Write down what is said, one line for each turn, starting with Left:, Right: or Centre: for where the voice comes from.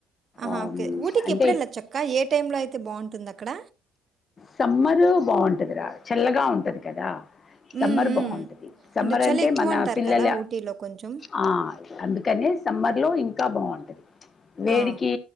Right: ఆహా
Left: ఆమ్,
Right: ఓకే ఊటికి
Left: అంటే
Right: ఎప్పుడు, వెళ్ళా చక్కాయ్ ఏ టైమ్ లో, అయితే బాగుంటుంద క్కడ
Left: సమ్మరు బాగుంటదిరా చల్లగా ఉంటది. కదా
Right: హ్మ్.
Left: సమ్మర్
Right: హ్మ్.
Left: బాగుంటది. సమ్మర్
Right: చలి
Left: అంటే
Right: ఎక్కువంటారు
Left: మన పిల్లెల
Right: కదా! ఊటీలో కొంచెం.
Left: ఆ అందుక్ కానే సమ్మర్ లో ఇంకా బాగుంటది. ప్చ్ వేడికి
Right: ఆ!